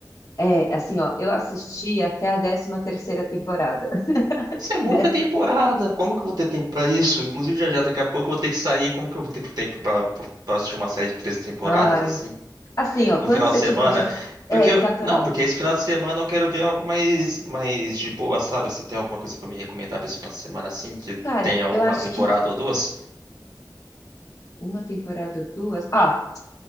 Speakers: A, on the left; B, on the right.
A: É, assim, ó, eu assisti até a décima terceira temporada. <laughs>
B: Isso
A: Tem
B: é muita
A: dez-
B: temporada. Como que eu vou ter tempo pra isso? Inclusive, já já daqui a pouco eu vou ter que sair. Como que eu vou ter tempo pra, pra pra assistir uma série de três temporadas
A: Ai.
B: assim?
A: Assim, ó,
B: No
A: quando
B: final
A: você
B: de semana?
A: tiver de. É,
B: Porque.
A: exatamente.
B: eu- Não, porque esse final de semana eu quero ver algo mais, mais de boa, sabe? Você tem alguma coisa pra me recomendar pra esse final de semana assim? Que
A: Cara,
B: tenha uma
A: eu acho
B: temporada
A: que
B: ou duas?
A: uma temporada ou duas. Ah,